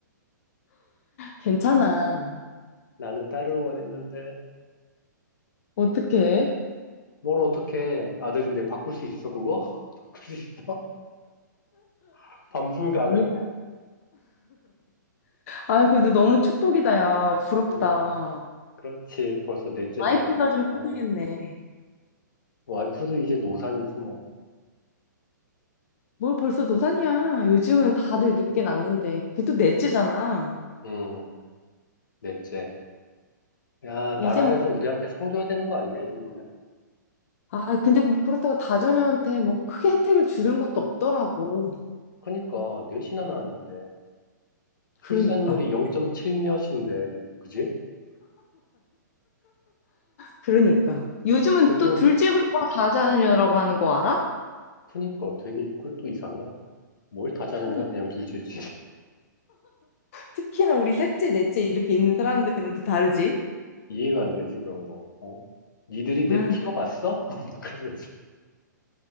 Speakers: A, on the left; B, on the left.
A: 괜찮아
B: 나는 딸을 원했는데,
A: 어떡해
B: 뭘 어떻게 아들인데 바꿀 수 있어, 그거? <laughs> 바꿀 수 있어? <laughs> 반품 가능?
A: 아니 아 그래도 너무 축복이다 야 부럽다
B: 음, 그렇지. 벌써 넷째
A: 와이프가
B: 다야.
A: 좀
B: 아.
A: 힘들겠네
B: 와이프도 이제 노산이지 뭐.
A: 뭘 벌써 노산이야 요즘은 다들 늦게 낳는데 그것도 넷째잖아
B: 음, 넷째. 야, 나라에서
A: 이제 뭐
B: 우리한테 상 줘야 되는 거 아니냐, 이 정도면?
A: 아, 근데 뭐 그렇다고 다자녀한테 뭐 크게 혜택을 주는 것도 없더라고.
B: 그니까, 넷이나 낳았는데, 출산율이
A: 그러니까.
B: 0.7몇인데, 그지?
A: 그러니까. 요즘은
B: 그중,
A: 또 둘째부터 다자녀라고 하는 거 알아?
B: 그니까 되게, 그것도 이상해. 뭘 다자냐냐,
A: 그러니
B: 그냥 둘째지.
A: 특히나 우리 셋째, 넷째 이렇게 있는 사람들은 또 다르지.
B: <laughs> 이해가 안 되지, 그런 거. 어? 니들이 넷
A: 아,
B: 키워봤어? <laughs> 막 그러면서.